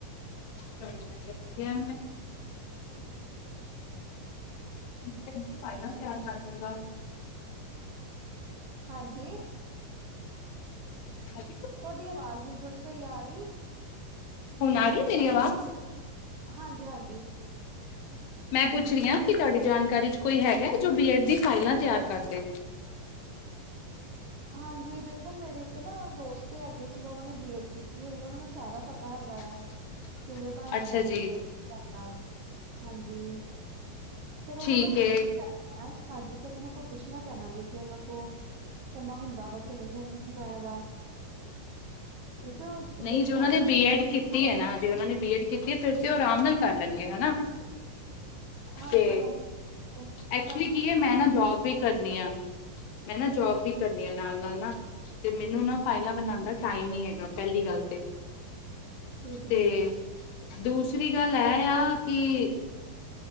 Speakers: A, on the left; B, on the right.
A: ਚਲੋਂ ਵਧੀਆ- ਵਧੀਆ ਮੈਂ ਤੁ ਫਾਈਲਾਂ ਤਿਆਰ ਕਰ ਦੇਗਾ।
B: ਹਾਂਜੀ?
A: ਹਾਜੀ।
B: ਤੁਹਾਡੀ ਆਵਾਜ਼ ਨੀ ਥੋੜੀ ਸਹੀ ਆ ਰੀ।
A: ਹੁਣ ਆ ਰੀ ਮੇਰੀ ਆਵਾਜ਼?
B: ਹਾਂਜੀ ਹਾਂਜੀ।
A: ਮੈਂ ਪੁੱਛ ਰੀ ਆ ਕਿ ਤੁਹਾਡੀ ਜਾਣਕਾਰੀ ਚ ਕੋਈ ਹੈਗਾ ਜੋ ਬੀ ਐਡ ਦੀ ਫਾਈਲਾਂ ਤਿਆਰ ਕਰਦੇ
B: ਹਾਂਜੀ ਦੇਖੋ ਮੇਰੇ ਇੱਕ ਨਾ ਦੋਸਤ ਹੈਗੇ ਹੈ ਚਲੋਂ ਉਹਨਾਂ ਨੇ ਬੀਏਡ ਕੀਤੀ ਹੋਈ ਉਹਨਾਂ ਨੂੰ ਸਾਰਾ ਪਤਾ ਹੈਗਾ ਆ।
A: <inaudible>
B: ਕਿਵੇਂ ਬਣਦੀਆਂ
A: ਅੱਛਾ
B: ਨੇ
A: ਜੀ
B: ਬੀਐਡ <unintelligible> ਹਾਂਜੀ। ਪਰ ਉਹਨਾਂ
A: ਠੀਕ
B: ਨੂੰ ਪੁੱਛਣਾ
A: ਹੈ
B: ਪੈਣਾ ਆ ਹਾਂਜੀ ਪਰ ਉਹਨਾਂ ਕੋਲ ਪੁੱਛਣਾ ਪੈਣਾ ਜੇ ਕਿ ਉਹਨਾਂ ਕੋਲ ਪਹਿਲਾਂ ਹੁੰਦਾ ਵਾ ਕਿ ਨਹੀਂ ਹੁੰਦਾ ਹੈਗਾ। ਕਿਉਂਕਿ ਜੀਦੇ
A: ਨਹੀਂ ਜੇ ਉਹਨਾਂ
B: ਕੰਮ
A: ਨੇ
B: ਤੋਂ
A: ਬੀਐਡ ਕੀਤੀ ਹੈ ਨਾ ਜੇ ਉਹਨਾਂ ਨੇ ਬੀ ਐਡ ਕੀਤੀ ਹੈ ਫਿਰ ਤੇ ਉਹ ਆਰਾਮ ਨਾਲ ਕਰ ਲੈਣਗੇ ਹਨਾ।
B: ਹਾਂਜੀ
A: ਤੇ
B: ਹਾਂਜੀ ਉਹ
A: ਐਕਚੁਲੀ
B: ਕਰ
A: ਕੀ
B: ਤੇ ਚਲੋ
A: ਹੈ ਮੈਂ
B: ਲੈਣਗੇ
A: ਨਾ ਜੋਬ ਵੀ ਕਰਨੀ ਆ ਮੈਂ ਨਾ ਜੋਬ ਵੀ ਕਰਨੀ ਆ ਨਾਲ ਨਾਲ ਨਾ। ਤੇ ਮੈਨੂੰ ਨਾ ਫਾਈਲਾਂ ਬਣਾਉਣ ਦਾ ਟਾਈਮ ਨੀ ਹੈਗਾ ਪਹਿਲੀ ਗੱਲ ਤੇ।
B: ਠੀਕ
A: ਤੇ
B: ਜੇ
A: ਦੂਸਰੀ ਗੱਲ ਇਹ ਆ ਕਿ